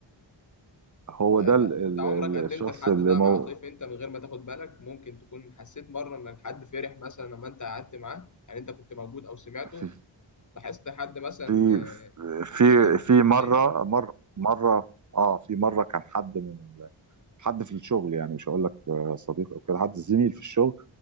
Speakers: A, on the right (about 40°); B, on the left (about 40°).
A: هو
B: فانت
A: ده ال-
B: انت
A: ال-
B: عمرك
A: ال-
B: قدمت
A: الشخص
B: الحد
A: اللي
B: ده
A: مو
B: مع طيف انت من غير ما تاخد بالك ممكن تكون حسيت مره ان الحد فرح مثلا لما انت قعدت معاه يعني انت كنت موجود او سمعته
A: في
B: لاحظت حد مثلا
A: في
B: آه،
A: في
B: اتاثر
A: في مره
B: اتغير
A: مره مره اه في مره كان حد من ال- حد في الشغل يعني مش هقول لك صديق او كده حد زميل في الشغل